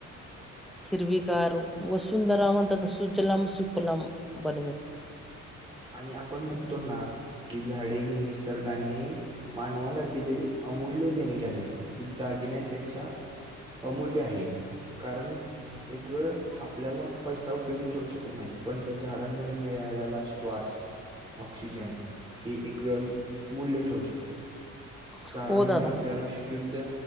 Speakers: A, in the centre; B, on the right.
A: हिरवीगार वस. सुंदरा म्हणतात, सुजलाम-सुपलाम बनवूयात.
B: आणि आपण म्हणतो ना की, झाडे ही निसर्गाने मानवाला दिलेली अमूल्य देणगी आहे. ती दागिन्यांपेक्षा अमूल्य आहे, कारण एक वेळ आप आपल्याला पैसा उपयोगी ठरू शकत नाही, पण त्या झाडांमुळे मिळालेला श्वास ऑक्सिजन हे एक वेळ मूल्य ठरू शकतो. झाडांमुळे
A: हो दादा
B: आपल्याला
A: नक्की.
B: शुद्ध